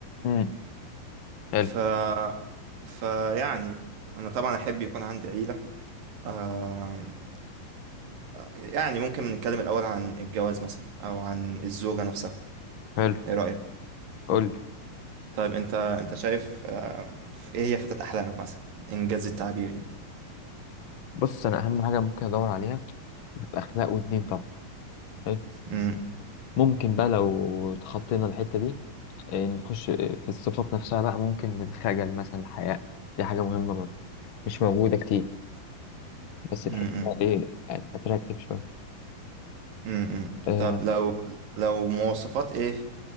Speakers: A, on the left; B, on the right.
A: امم حلو
B: ف فيعني أنا طبعا أحب يكون عندي عيلة آم، يعني ممكن نتكلم الأول عن الجواز مثلا أو عن الزوجة نفسها
A: حلو
B: إيه رأيك؟
A: قول لي
B: طيب أنت أنت شايف آه إيه هي فتاة أحلامك مثلا إنجاز التعبير يعني
A: بص انا اهم حاجة ممكن ادور عليها اخلاق ودين طبعا حلو.
B: م-م.
A: ممكن بقى لو تخطينا الحتة دي إيه، نخش آه، في الصفات نفسها بقى ممكن الخجل مثلا الحياء دي حاجة مهمة برضه مش موجودة كتير بس تحسها
B: أيوه
A: إيه أتراكتيف شوية
B: امم
A: آه،
B: طب لو لو مواصفات ايه